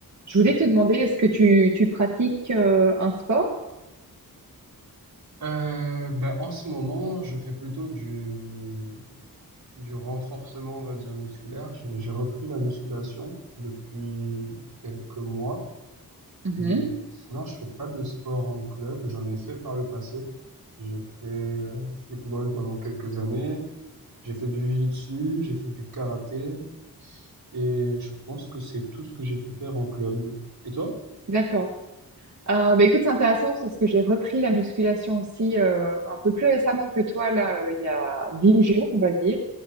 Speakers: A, on the right; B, on the right.
A: Je voulais te demander, est-ce que tu, tu pratiques euh, un sport?
B: Euh, ben, en ce moment, je fais plutôt du, du renforcement, on va dire, musculaire. J'ai j'ai repris la musculation depuis quelques mois,
A: Mhm.
B: mais sinon, je fais pas de sport en club. J'en ai fait par le passé. J'ai fait euh, football pendant quelques années. J'ai fait du jiu-jitsu, j'ai fait du karaté, et je pense que c'est tout ce que j'ai pu faire en club. Et toi?
A: D'accord. Euh, bah, écoute, c'est intéressant parce que j'ai repris la musculation aussi euh, un peu plus récemment que toi, là, euh, il y a 10 jours, on va dire,